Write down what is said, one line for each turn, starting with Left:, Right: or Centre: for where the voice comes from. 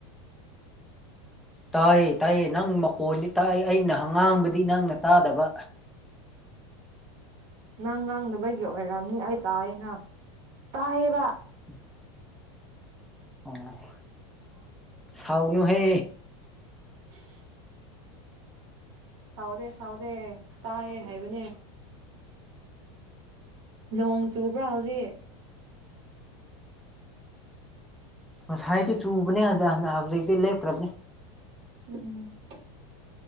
Centre: ꯇꯥꯏꯌꯦ ꯇꯥꯏꯌꯦ ꯅꯪ ꯃꯈꯣꯟꯗꯤ ꯇꯥꯏ ꯑꯩꯅꯥ ꯉꯥꯡꯕꯗꯤ ꯅꯪꯅ ꯇꯥꯗꯕ꯫
Right: ꯅꯪ ꯉꯥꯡꯗꯕꯒꯤ ꯑꯣꯏꯔꯝꯅꯤ ꯑꯩ ꯇꯥꯌꯅꯥ ꯇꯥꯏꯌꯦꯕꯥ꯫
Centre: ꯎꯝꯝ ꯑꯣꯑꫭ ꯁꯥꯎꯅꯣ ꯍꯦ
Right: ꯍꯨꯝꯍꯨꯝ ꯁꯥꯎꯗꯦ ꯁꯥꯎꯗꯦ ꯇꯥꯏꯌꯦ ꯍꯥꯏꯕꯅꯤ꯫ ꯅꯣꯡ ꯆꯨꯕ꯭ꯔꫭ ꯍꯧꯖꯤꯛ꯫
Centre: ꯉꯁꯥꯏꯒꯤ ꯆꯨꯕꯅꯦ ꯍꯟ ꯍꯧꯖꯤꯇꯤ ꯂꯦꯞꯈ꯭ꯔꯕꯅꯦ꯫
Right: ꯎꯝꯝ ꯝ